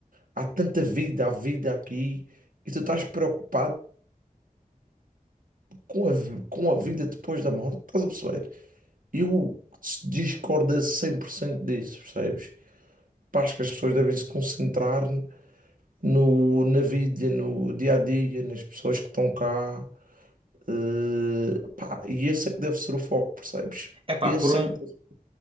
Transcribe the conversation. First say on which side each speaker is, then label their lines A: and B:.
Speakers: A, on the right; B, on the right.
A: há tanta vida, há vida aqui, e tu estás preocupado com a, vi- com a vida depois da morte, estás a perceber? Eu discordo 100% disso, percebes? Pá, Acho que as pessoas devem se concentrar no, na vida, no dia a dia, nas pessoas que estão cá. eh, pá, e esse é que deve ser o foco, percebes?
B: É pá,
A: Esse
B: por um.
A: é que deve,